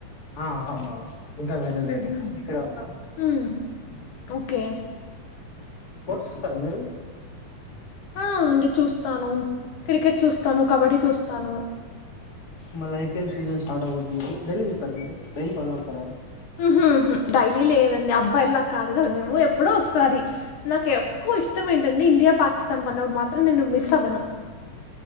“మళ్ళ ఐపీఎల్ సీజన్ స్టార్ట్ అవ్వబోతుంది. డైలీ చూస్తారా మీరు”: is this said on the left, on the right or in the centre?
Left